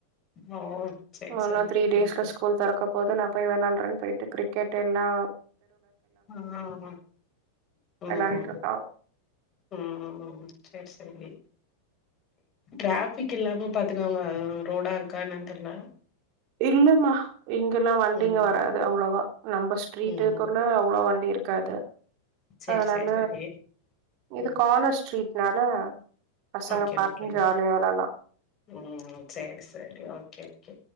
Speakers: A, on the left; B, on the right.
A: ஓ சரி,
B: ஒன்
A: சரி.
B: ஆர் த்ரீ டேஸ்ல
A: ம்.
B: ஸ்கூல் தொறக் ப்போதும் நா போய் விளாண்டுறேன்னு போயிட்டு கிரிக்கெட்டெல்லா
A: ம் ம் ம்
B: வெளாடிட்டு
A: ம்
B: இருக்கா
A: ம் ம் செர் செரி ட்ராஃபிக் இல்லாம பாத்துக்கோங்க ஆ ரோடா இருக்கா என்னன்னு தெரியல
B: இல்லம்மா இங்கெல்லா வண்டிங்க
A: ம்,
B: வராது அவ்ளவா நம்ம ஸ்ட்ரீட்க்குள்ள
A: ம்.
B: அவ்ளவா வண்டி இருக்காது
A: சரி,
B: அதனால
A: சரி, சரி.
B: இது
A: ம்.
B: கார்னர் ஸ்ட்ரீட் நாலா பசங்க
A: ஓகே,
B: பாட்டுன்னு
A: ஓகே.
B: ஜாலிய விளாட்லா
A: ம் சேரி சேரி ஓகே ஓகே.